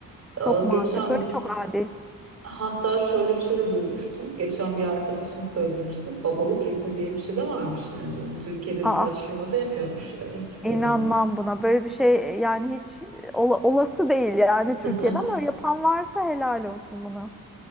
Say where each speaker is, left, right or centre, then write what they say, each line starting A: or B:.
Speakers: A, on the right; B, in the centre.
A: Ee,
B: Çok mantıklı
A: Geçen
B: ve çok adil.
A: hatta şöyle bir şey de duymuştum. Geçen bir arkadaşım söylemişti. Babalık izni diye bir şey de varmış yani. Bunu Türkiye'de
B: Aa,
A: birkaç firmada yapıyormuş. Evet ya.
B: inanmam buna. Böyle bir şey e, yani hiç e, ola- olası değil yani Türkiye'de
A: <laughs>
B: ama yapan varsa helal olsun bunu.